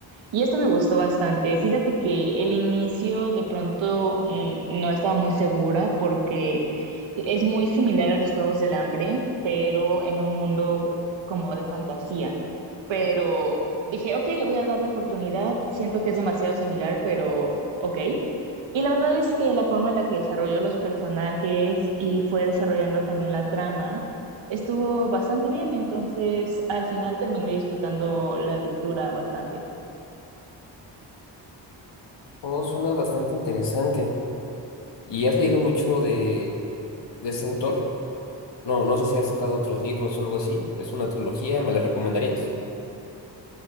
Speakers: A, on the right; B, on the left.
A: Y esto me gustó bastante. Fíjate que el inicio de pronto mm, no estaba muy segura porque e-, es muy similar a los Juegos del Hambre, pero en un mundo como de fantasía. Pero dije, ok, le voy a dar la oportunidad. Siento que es demasiado similar, pero ok. Y la verdad es que la forma en la que desarrolló los personajes y fue desarrollando también la trama estuvo bastante bien. Entonces, al final terminé disfrutando la lectura bastante.
B: Oh, suena bastante interesante. ¿Y has leído mucho de, de ese autor? No, no sé si has sacado otros libros o algo así. ¿Es una trilogía? ¿Me la recomendarías?